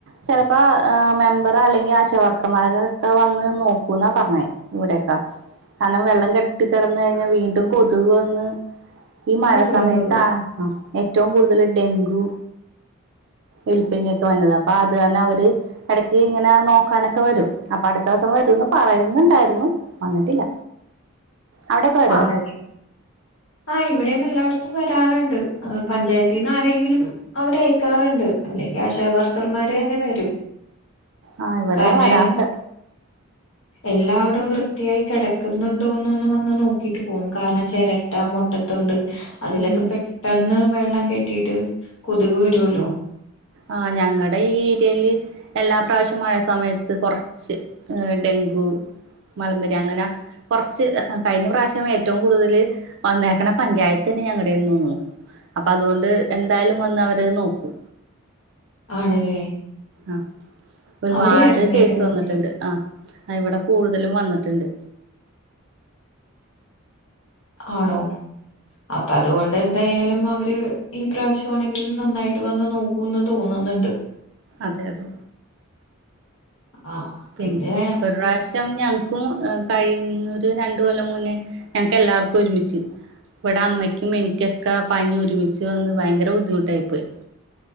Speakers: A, on the right (about 60°); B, on the left (about 70°).
A: ചിലപ്പോ മെമ്പറ അല്ലെങ്കിൽ ആശ വർക്കമാരോ വന്ന് നോക്കുന്ന പറഞ്ഞത് ഇവിടെക്കെ കാരണം വെള്ളം കെട്ടി കിടന്നയിഞ്ഞാൽ വീണ്ടും കൊത്ക് വന്ന് ഈ മഴ
B: അസുഖങ്ങൾ
A: സമയത്ത് ആ ഏറ്റവും കൂടുതൽ ഡെങ്കു എലിപ്പനി ഒക്കെ വന്നത്. അപ്പൊ അത് തന്നെ അവര് ഇടക്ക് ഇങ്ങനെ നോക്കാനൊക്കെ വരും. അപ്പൊ അടുത്ത ദിവസം വരൂന്ന് പറയുന്നുണ്ടായിരുന്നു വന്നിട്ടില്ല. അവിടക്കെ വരോ?
B: ആണല്ലേ ആ ഇവിടെയും എല്ലായിടത്തും വരാറുണ്ട്. പഞ്ചായത്തിൽ നിന്ന് ആരെങ്കിലും അവര അയക്കാറുണ്ട്. അല്ലെങ്കിൽ ആശ വർക്കർമാര് തന്നെ വരും.
A: ആ ഇവിടെയും
B: കാരണേ
A: വരാറുണ്ട്
B: എല്ലാവിടും വൃ ത്തിയായി കിടക്കുന്നുണ്ടോന്നൊന്ന് വന്ന് നോക്കിയിട്ട് പോകുന്നു കാരണം ചേര ട്ട, മുട്ടത്തൊണ്ട്, അതിലൊക്കെ
A: ഉം
B: പെട്ടെന്ന് വെള്ളം കെട്ടിട്ട് കൊതുക് വരൂല്ലോ.
A: ആഹ് ഞങ്ങടെ ഈ ഏരിയയില് എല്ലാ പ്രാവശ്യം മഴ സ് മയത്ത് കുറച്ച് ഏർ ഡെങ്കു, മലമ്പനി അങ്ങനെ കൊറച്ച് കഴിഞ്ഞ പ്രാവശ്യം ഏറ്റവും കൂടുതൽ വന്നേക്കണ പഞ്ചായത്ത് തന്നെ ഞങ്ങളടെന്ന് തോന്നു അപ്പൊ അതുകൊണ്ട് എന്തായാലും വന്ന് അവര് നോക്കും.
B: ആണല്ലേ?
A: ആ ഒരുപാട്
B: അവിടെയായിരുന്നു
A: കേസ്
B: ഏറ്റവും കൂടുതൽ
A: വന്നിട്ടുണ്ട്. ആഹ് ഇവിടെ കൂടുതലും വന്നിട്ടുണ്ട്.
B: ആണോ? അപ്പൊ അതുകൊണ്ട് എന്തായാലും അവര് ഈ പ്രാവശ്യംമാണെങ്കിലും നന്നായിട്ട് വന്ന് നോക്കൂന്ന് തോന്നുന്നുണ്ട്.
A: അതെ അതെ.
B: ആ
A: പിന്
B: പിന്നെ
A: ഒരു പ്രാവശ്യം ഞ ക്കും ഏ കഴിഞ്ഞ ഒരു രണ്ടു കൊല്ലം മുന്നേ ഞങ്ങക്ക് എല്ലാർക്കും ഒരുമിച്ച് ഇവിടെ അമ്മയ്ക്കും എനിക്കൊക്കെ പനി ഒരുമിച്ച് വന്ന് ഭയങ്കര ബുദ്ധിമുട്ടായി പോയി